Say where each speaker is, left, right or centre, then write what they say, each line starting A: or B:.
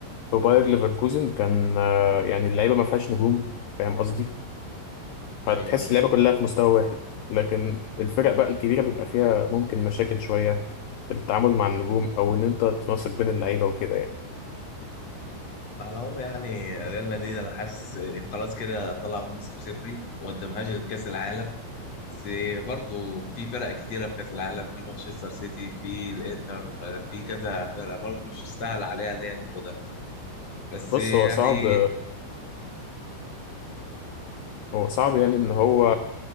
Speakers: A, on the left; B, on the left.
A: في باير ليفركوزن كان آه، يعني اللعيبة ما فيهاش نجوم فاهم قصدي فتحس
B: ايوه ايوه
A: اللعيبة كلها في مستوى واحد لكن الفرق بقى الكبيرة بيبقى فيها ممكن مشاكل شوية في التعامل مع النجوم أو إن أنت تنسق بين اللعيبة وكده يعني
B: على العموم يعني ريال مدريد انا حاسس خلاص كده طلع موسم صفري وما قدامهاش غير كاس العالم بس برضه في فرق كتيره في كاس العالم في مانشستر سيتي في الانتر في كذا فرقه برضه مش سهل عليها اللي هي تاخدها بس
A: بص
B: يعني
A: هو صعب هو صعب يعني إن هو